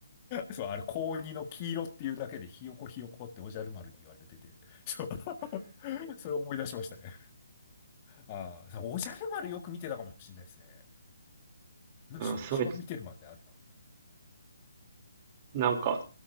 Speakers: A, on the left; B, on the right.
A: そう、あれ、高2の黄色っていうだけでひよこひよこっておじゃる丸に言われてて、そう、<laughs> それを思い出しましたね。ああ、そうおじゃる丸よく見てたかもしれないですね。
B: <laughs>
A: むしろ一番見てるまであるな。
B: うん、すごい、なんか、